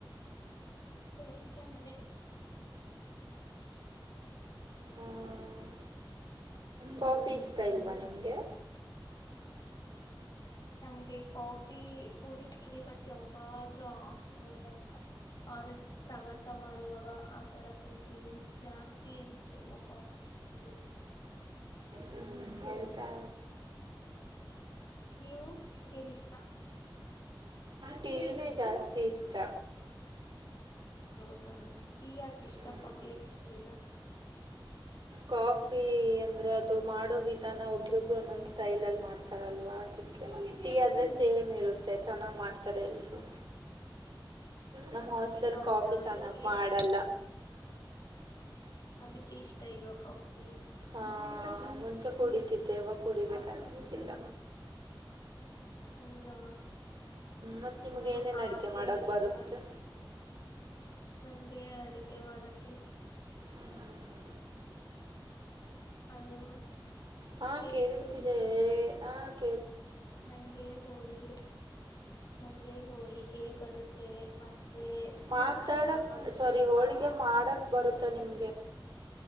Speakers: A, on the left; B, on the right.
A: ಕ ಮನೆ ಕ
B: ಹ್ಮ್ ಕಾಫಿ ಇಷ್ಟ ಇಲ್ವಾ ನಿಮ್ಗೆ
A: ನಮ್ಗೆ ಕಾಫಿ ಕುಡಿತೀನಿ ಬಟ್ ಯಾವಾಗಾದ್ರು ಆಚೆ ಹೋದಾಗ ಅವ್ರ ಪ್ರವಾಸ ಮಾಡುವಾಗ ಆತರ ಕುಡಿತೀನಿ ಜಾಸ್ತಿ ಏನ್ ಅಲ್ಲ ಕಾಫಿ ಟೀ
B: ಹ್ಮ ಎತಾ
A: ನೀವು ನಿಮಗೇನ್ ಇಷ್ಟ
B: ಟೀನೇ ಜಾಸ್ತಿ ಇಷ್ಟ
A: ಹೌದಾ ಟೀ ಯಾಕ ಇಷ್ಟ
B: ಹ್ಮ್
A: ಕಾಫಿ ಯಾಕ ಇಷ್ಟ ಇಲ್ಲ
B: ಕಾಫಿ ಅಂದ್ರೆ ಅದು ಮಾಡೋ ವಿಧಾನ ಒಬ್ರೊಬ್ರು ಒಂದೊಂದ್ ಸ್ಟೈಲ್ ಅಲ್ಲಿ ಮಾಡ್ತಾರಲ್ವಾ ಅದಕ್ಕೆ ಟೀ ಆದ್ರೆ ಸೇಮ್ ಇರುತ್ತೆ ಚೆನ್ನಾಗ್ ಮಾಡ್ತಾರೆ ಎಲ್ರು ನಮ್ ಹೋಸ್ಟ್ಲಲ್
A: ಹೌದಾ
B: ಕಾಫಿ ಚೆನ್ನಾಗ್
A: ನೀವು ಏನ್
B: ಮಾಡಲ್ಲ.
A: ಅದಿಕ್ ಇಷ್ಟ ಇಲ್ವಾ ಕಾಫಿ.
B: ಆ ಮುಂಚೆ ಕುಡಿತಿದ್ದೆ ಇವಾಗ್ ಕುಡಿಬೇಕ್ ಅನ್ನುಸ್ತಿಲ್ಲ.
A: ಹೌದಾ
B: ಮತ್ ನಿಮ್ಗೆ
A: ನಾನು
B: ಏನೇನ್
A: ಆಚೆ
B: ಅಡ್ಗೆ ಮಾಡಕ್
A: ಎಲ್ಲಗಾದ್.
B: ಬರುತ್ತೆ
A: ನನ್ಗೆ ಅಡುಗೆ ಮಾಡಕೆ.
B: ಅದ್ನ ಒಂದ್ಸಲಿ.
A: ಹಲೋ
B: ಹಾ
A: ಕೇಳಿಸ್ತಾ
B: ಕೇಳಿಸ್ತಿದೆ
A: ಇದೀನಾ
B: ಏ ಹ.
A: ನಂಗೆ ಹೋಳಿಗೆ ನಂಗ್ ಗೆ ಹೋಳಿಗೆ ಬರುತ್ತೆ ಮತ್ತೆ.
B: ಮಾತಾಡಕ್
A: ಅ ಅನ್ನ ಬರುತ್ತೆ
B: ಸೊರಿ
A: ಸಾಂಬಾರ್
B: ಹೋಳಿಗೆ
A: ಬ-
B: ಮಾಡಕ್ ಬರುತ್ತ ನಿಮ್